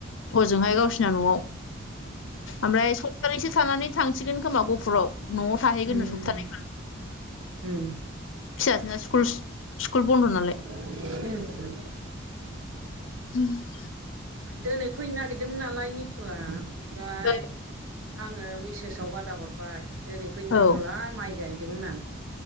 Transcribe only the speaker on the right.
उमम
उम।
उम
दोनै फैनो नागिरदोंमोन नालाय निथुआ ओमफ्राय
आङो मिसेस साव बादा हरबाय दोनै फैनो नांला
माइ गायदों होननानै